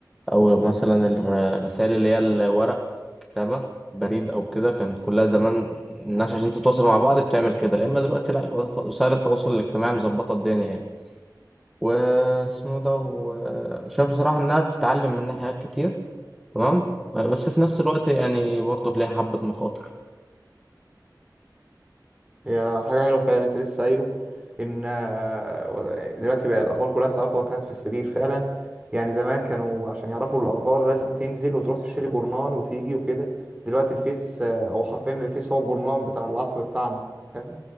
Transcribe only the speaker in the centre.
او مثلا الر- الرسائل اللي هي الورق كتابه بريد او كده كانت كلها زمان الناس عشان تتواصل مع بعض بتعمل كده لا اما دلوقتي لا وسائل التواصل الاجتماعي مظبطه الدنيا يعني واسمه ده و- وشايف بصراحة إنها بتتعلم منها حاجات كتير تمام بس في نفس الوقت يعني برضه ليها حبة مخاطر